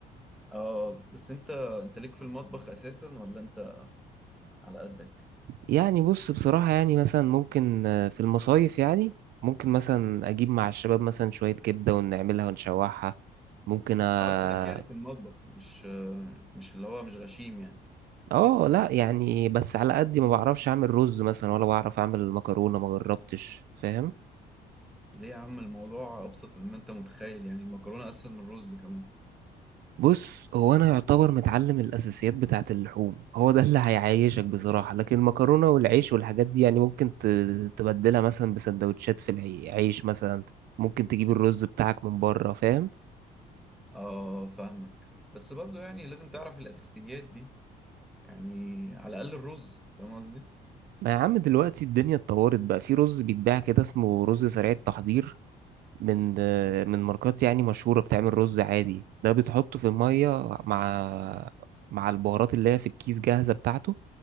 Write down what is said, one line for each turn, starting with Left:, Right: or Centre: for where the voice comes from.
Centre: اه بس انت انت ليك في المطبخ اساسا ولا انت على قدك
Right: يعني بص بصراحة يعني مثلا ممكن آه، في المصايف يعني ممكن مثلا أجيب مع الشباب مثلا شوية كبدة ونعملها ونشوحها ممكن آه
Centre: اه انت ليك يعني في المطبخ مش مش اللي هو مش غشيم يعني
Right: آه لأ يعني بس على قد ما بعرفش أعمل رز مثلا ولا بعرف أعمل مكرونة ما جربتش فاهم
Centre: ليه يا عم الموضوع ابسط مما انت متخيل يعني المكرونه اسهل من الرز كمان
Right: بص هو انا يعتبر متعلم الاساسيات بتاعه اللحوم هو ده اللي هيعيشك بصراحه لكن المكرونه والعيش والحاجات دي يعني ممكن ت- تبدلها مثلا بسندوتشات في العيش مثلا ممكن تجيب الرز بتاعك من بره فاهم
Centre: اه فاهمك بس برضو يعني لازم تعرف الاساسيات دي يعني على الاقل الرز فاهم قصدي
Right: ما يا عم دلوقتي الدنيا اتطورت بقى في رز بيتباع كده اسمه رز سريع التحضير من آه، من ماركات يعني مشهوره بتعمل رز عادي ده بتحطه في الميه مع مع البهارات اللي هي في الكيس جاهزه بتاعته